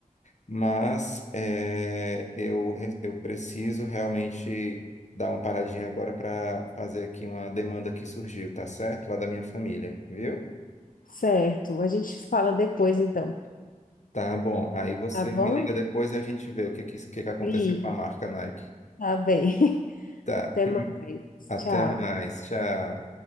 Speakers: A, on the left; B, on the left.
A: Mas é, eu, re- eu preciso realmente dar uma paradinha agora para fazer aqui uma demanda que surgiu, tá certo? Lá da minha família, viu?
B: Certo. A gente fala depois, então.
A: Tá bom. Aí você
B: Tá bom?
A: me liga depois e a gente vê o que, que, que que aconteceu
B: Ligo.
A: com a marca Nike.
B: Tá bem. <laughs>
A: Tá.
B: Até
A: <laughs>
B: mais.
A: Até
B: Tchau.
A: mais. Tchau.